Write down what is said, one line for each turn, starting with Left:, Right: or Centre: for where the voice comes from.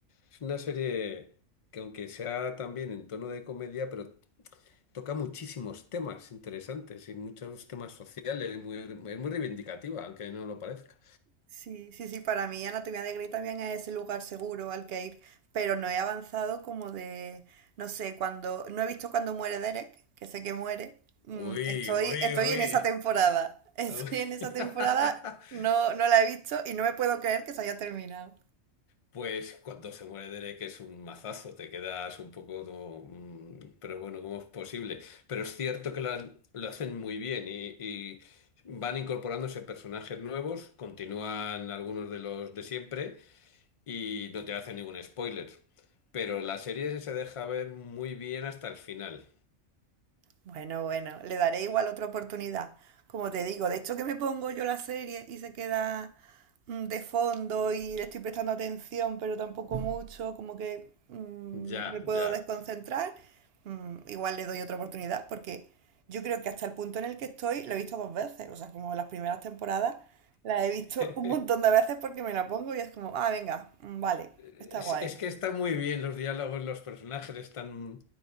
Left: Es una serie que aunque sea también en tono de comedia, pero toca muchísimos temas interesantes y muchos temas sociales, y muy- es muy reivindicativa, aunque no lo parezca.
Right: Sí, sí, sí, para mí Anatomía de Grey también es ese lugar seguro al que ir, pero no he avanzado como de, no sé, cuando, no he visto cuando muere Derek, que sé que muere, mm,
Left: Uy,
Right: estoy,
Left: uy,
Right: estoy
Left: uy.
Right: en esa temporada, <laughs> estoy
Left: <laughs>
Right: en esa temporada, no, no la he visto y no me puedo creer que se haya terminado.
Left: Pues cuando se muere Derek es un mazazo, te quedas un poco como... mm, Pero bueno, ¿cómo es posible? Pero es cierto que lo, han- lo hacen muy bien y, y van incorporándose personajes nuevos, continúan algunos de los de siempre y no te hacen ningún spoiler. Pero la serie se deja ver muy bien hasta el final.
Right: Bueno, bueno, le daré igual otra oportunidad. Como te digo, de hecho que me pongo yo la serie y se queda mm, de fondo y le estoy prestando atención, pero tampoco mucho, como que mm,
Left: Ya,
Right: me puedo
Left: ya.
Right: desconcentrar, mm, igual le doy otra oportunidad porque yo creo que hasta el punto en el que estoy lo he visto dos veces, o sea, como las primeras temporadas las he visto
Left: <laughs>
Right: un montón de veces porque me la pongo y es como, ah, venga, mm, vale,
Left: Es,
Right: está guay.
Left: es que están muy bien los diálogos, los personajes están...